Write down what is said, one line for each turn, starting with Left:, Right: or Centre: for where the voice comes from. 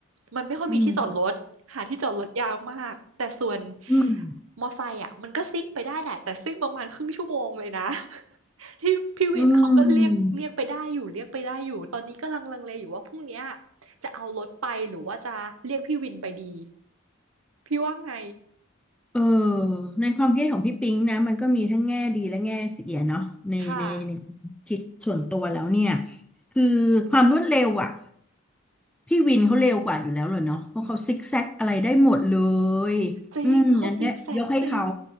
Right: มันไม่ค่อยมีที่จอดรถหาที่จอดรถยากมากแต่ส่วน
Centre: อืมอืม
Right: มอไซค์อะมันก็ซิ่งไปได้แหละแต่ซิ่งประมาณครึ่งชั่วโมงเลยนะ <laughs> ที่พี่วินเขาก็เรียกเรียกไปได้อยู่เรียกไปได้อยู่ตอนนี้ก็ลังลังเลอยู่ว่าพรุ่งเนี้ย
Centre: อืม
Right: จะเอารถไปหรือว่าจะเรียกพี่วินไปดีพี่ว่าไง
Centre: เออในความคิดของพี่ปิ๊งนะมันก็มีทั้งแง่ดีและแง่เสียเนาะในในในความคิดส่วนตัวแล้วเนี่ย
Right: ค่ะ
Centre: คือความรวดเร็วอ่ะพี่วินเขาเร็วกว่าอยู่แล้วเลยเนาะเพราะเขาซิกแซกอะไรได้หมดเลยอืมอันเนี้ยยกให้เขา
Right: จริงเขาซิกแซกจริง